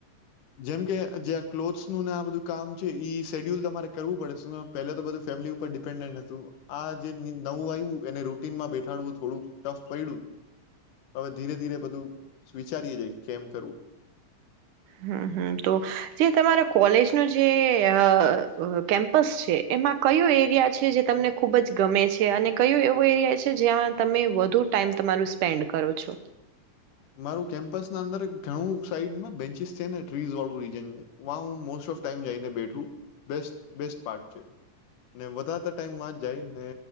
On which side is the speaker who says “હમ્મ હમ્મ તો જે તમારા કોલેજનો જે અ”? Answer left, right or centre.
Right